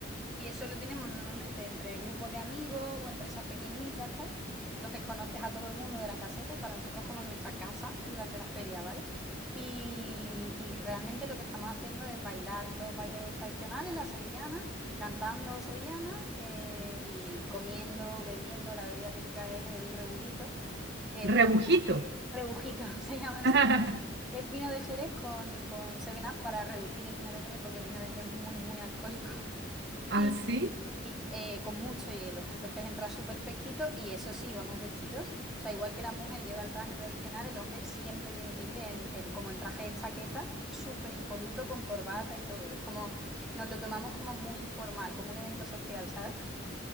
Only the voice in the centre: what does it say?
Y eso lo tenemos normalmente entre grupos de amigos o empresas pequeñitas, tal. Entonces conoces a todo el mundo de la caseta y para nosotros como nuestra casa durante la feria, ¿vale? Y, y realmente lo que estamos haciendo es bailar los bailes tradicionales, la sevillana, cantando sevillana eh, y comiendo, bebiendo. La bebida típica es el rebujito, que
es vino rebujito, <laughs> se llama así.
Es vino de Jerez con, con 7-Up para reducir el vino de Jerez porque el vino de Jerez es muy, muy alcohólico.
Y, y, eh, con mucho hielo. Entonces entra súper fresquito y eso sí, vamos vestidos. O sea, igual que la mujer lleva el traje tradicional, el hombre siempre tiene que ir en, en- como en traje de chaqueta, súper impoluto, con corbata y todo. Es como, nos lo tomamos como muy informal, como un evento social, ¿sabes?